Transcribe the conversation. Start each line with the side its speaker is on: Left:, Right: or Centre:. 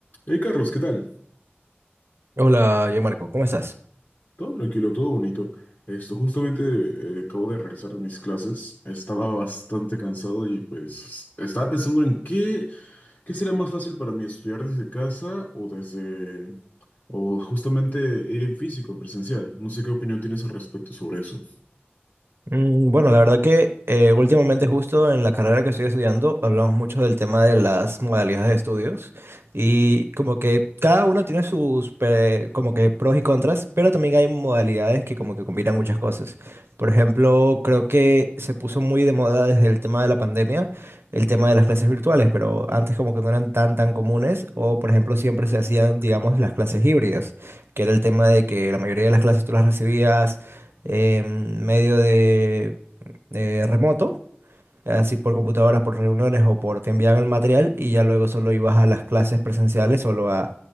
Left: Hey Carlos, ¿qué tal?
Right: Hola, yo Marco, ¿cómo estás?
Left: Todo tranquilo, todo bonito. Esto, justamente eh, acabo de regresar de mis clases. Estaba bastante cansado y pues estaba pensando en qué, qué sería más fácil para mí estudiar desde casa o desde, o justamente ir en físico, en presencial. No sé qué opinión tienes al respecto sobre eso.
Right: Mm, Bueno, la verdad que eh, últimamente justo en la carrera que estoy estudiando hablamos mucho del tema de las modalidades de estudios y como que cada uno tiene sus pe- como que pros y contras, pero también hay modalidades que como que combinan muchas cosas. Por ejemplo, creo que se puso muy de moda desde el tema de la pandemia el tema de las clases virtuales, pero antes como que no eran tan tan comunes o por ejemplo siempre se hacían, digamos, las clases híbridas, que era el tema de que la mayoría de las clases tú las recibías em, medio de eh, remoto, así por computadoras, por reuniones o por te enviaban el material y ya luego solo ibas a las clases presenciales, solo a